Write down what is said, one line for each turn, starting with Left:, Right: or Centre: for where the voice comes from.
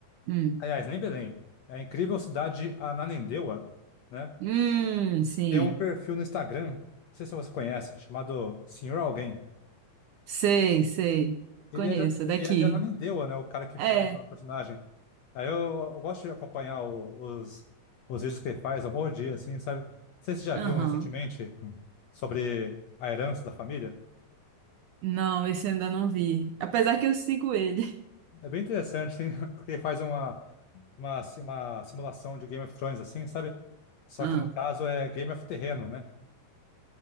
Right: Hum,
Left: aliás, nem Belém, é a incrível cidade de Ananindeua, né?
Right: hum, sim.
Left: Tem um perfil no Instagram, não sei se você conhece, chamado Senhor Alguém.
Right: Sei, sei.
Left: Ele
Right: Conheço
Left: é de,
Right: é
Left: ele
Right: daqui.
Left: é de Ananindeua, né? O cara que
Right: É,
Left: faz lá o personagem. Aí eu, eu gosto de acompanhar o- os, os vídeos que ele faz, ao bom dia, assim, sabe? Não sei se você já
Right: aham.
Left: viu um recentemente hum, sobre a herança da família.
Right: Não, esse eu ainda não vi. Apesar que eu sigo ele.
Left: É, é bem interessante, assim, <laughs> porque ele faz uma, uma, si- uma simulação de Game of Thrones, assim, sabe? Só
Right: Ah,
Left: que no caso é Game of Terreno, né?